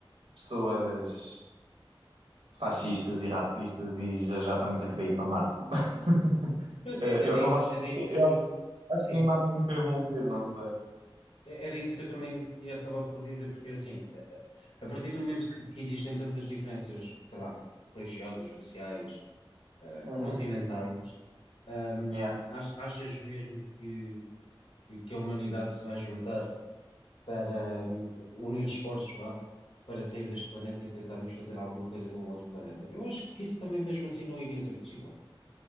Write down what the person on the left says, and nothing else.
Mas
é- Era isso,
era
isso
que
eu.
Sim,
é- era isso que eu também ia acabar por dizer, porque assim, eh, a partir do momento que, que existem tantas diferenças, sei lá, religiosas, sociais, eh,
continentais. Hum,
ach- achas mesmo que, que, que a humanidade se vai juntar para, hum, unir esforços, vá, para sair deste planeta e tentarmos fazer alguma coisa de um outro planeta? Eu acho que isso também mesmo assim não iria ser possível.